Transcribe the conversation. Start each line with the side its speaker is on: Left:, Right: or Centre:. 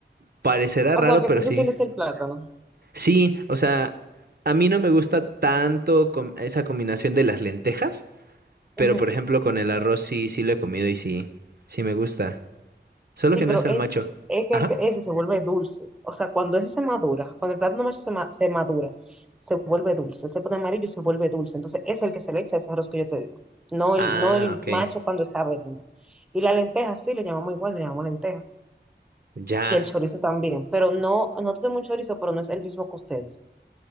Right: parecerá raro,
Centre: O sea, que
Right: pero
Centre: sí
Right: sí.
Centre: se utiliza el plátano.
Right: Sí, o sea, a mí no me gusta tanto com- esa combinación de las lentejas, pero
Centre: Ujú.
Right: por ejemplo con el arroz sí, sí lo he comido y sí, sí me gusta. Solo
Centre: Sí,
Right: que
Centre: pero
Right: no es el
Centre: es,
Right: macho.
Centre: es que
Right: Ajá.
Centre: ese, ese se vuelve dulce. O sea, cuando ese se madura, cuando el plátano macho se, ma- se madura, se vuelve dulce, se pone amarillo y se vuelve dulce. Entonces, es el que se le echa ese arroz que yo te digo. No
Right: Ah,
Centre: el, no el
Right: ok.
Centre: macho cuando está verde, no. Y la lenteja, sí, le llamamos igual, le llamamos lenteja.
Right: Ya.
Centre: Y el chorizo también, pero no, no tenemos un chorizo, pero no es el mismo que ustedes.